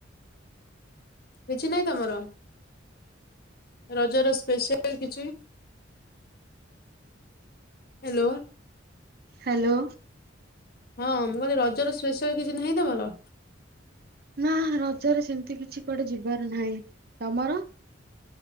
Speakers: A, on the left (about 50°); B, on the right (about 50°).
A: କିଛି ନାହିଁ ତମର? ରଜରେ ସ୍ପେଶାଲ କିଛି ହ୍ୟାଲୋ।
B: ହ୍ୟାଲୋ।
A: ହଁ ମୁଁ କହିଲି ରଜରେ ସ୍ପେଶାଲ କିଛି ନାହିଁ ତମର?
B: ହୁଁ ରଜରେ ସେମିତି କିଛି କୁଆଡେ ଯିବାର ନାହିଁ। ତମର?